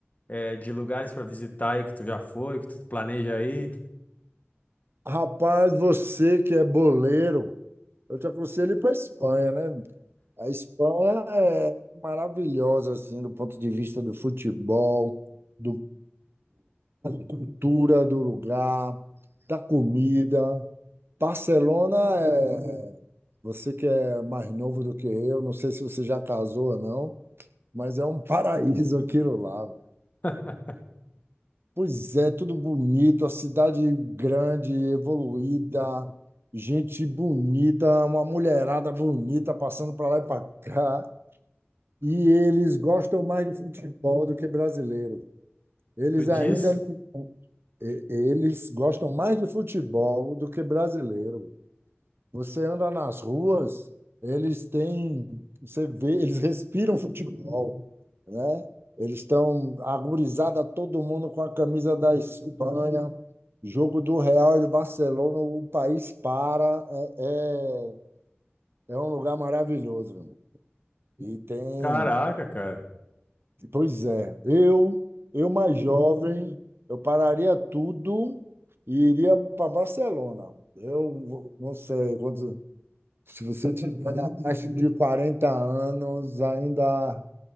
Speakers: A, on the left; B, on the right.
A: é, de lugares pra visitar aí que tu já foi, que tu planeja aí?
B: rapaz, você que é boleiro, eu te aconselho ir para a Espanha, né? A Espanha é maravilhosa, assim, do ponto de vista do futebol, da cultura do lugar, da comida. Barcelona é. Você que é mais novo do que eu, não sei se você já casou ou não, mas é um <laughs> paraíso aquilo lá.
A: <laughs>
B: Pois é, tudo bonito, a cidade grande, evoluída, gente bonita, uma mulherada bonita passando para lá e para cá. E eles gostam mais de futebol do que brasileiro. Eles
A: Tu diz?
B: ainda não... e- Eles gostam mais de futebol do que brasileiro. Você anda nas ruas, eles têm, você vê, eles respiram futebol, né? Eles estão agorizada todo mundo com a camisa da Espanha, jogo do Real e do Barcelona, o país para, é, é, é um lugar maravilhoso. meu irmão. E tem,
A: Caraca, cara.
B: pois é, eu, eu mais jovem, eu pararia tudo e iria para Barcelona. Eu não sei quantos Se você tiver abaixo de 40 anos, ainda